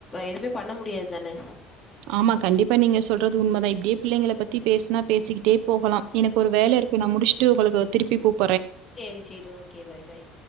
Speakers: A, on the left; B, on the right.
A: எதுமே பண்ண முடியாத்தான
B: ஆமா கண்டிப்பா நீங்க சொல்றது உண்மதா இப்டியே பிள்ளைங்கள பத்தி பேசுனா பேசிக்கிட்டே போகலா எனக்கு ஒரு வேல
A: ம்
B: இருக்கு நா முடிஸ்டு உங்களுக்கு திருப்பி கூப்
A: சேரி சேரி ஓகே பாய் பாய்